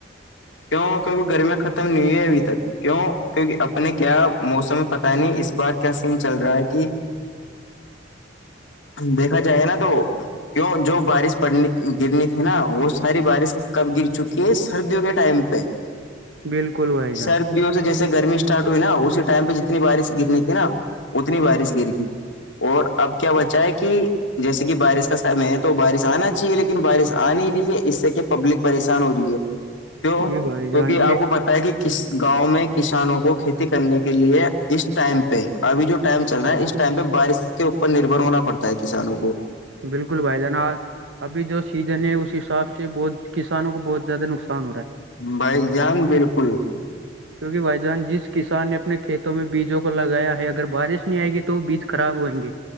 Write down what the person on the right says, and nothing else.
بالکل بھائی جان
یہ بھائی جان
لے
بالکل بھائی جان آج ابھی جو سیزن ہے اس حساب سے بہت کسانوں کو بہت زیادہ نقصان ہو رہا ہے
کیوںکہ بھائی جان جس کسان نے اپنے کھیتوں میں بیجوں کو لگایا ہے اگر بارش نہیں آئے گی تو وہ بیج خراب ہوئیں گے